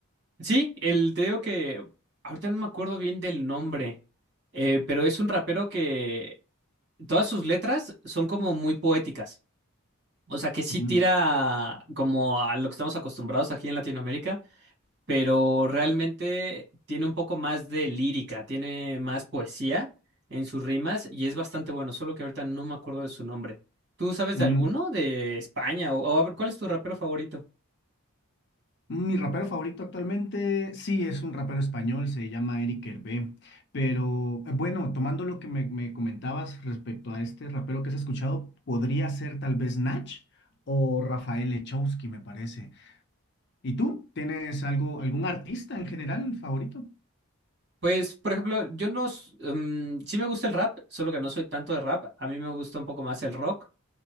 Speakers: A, on the right (about 50°); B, on the left (about 50°).
A: Sí, el, te digo que ahorita no me acuerdo bien del nombre, eh, pero es un rapero que todas sus letras son como muy poéticas. O sea, que sí
B: Ujú.
A: tira como a lo que estamos acostumbrados aquí en Latinoamérica, pero realmente tiene un poco más de lírica, tiene más poesía en sus rimas y es bastante bueno, solo que ahorita no me acuerdo de su nombre. ¿Tú sabes
B: Mm,
A: de alguno de España? O, o a ver, ¿cuál es tu rapero favorito?
B: Mi rapero favorito actualmente, sí, es un rapero español, se llama Eric Hervé, pero eh, bueno, tomando lo que me, me comentabas respecto a este rapero que has escuchado, podría ser tal vez Nach o Rafael Echowski, me parece. ¿Y tú? ¿Tienes algo, algún artista en general favorito?
A: Pues, por ejemplo, yo no... s- mm, sí me gusta el rap, solo que no soy tanto de rap. A mí me gusta un poco más el rock.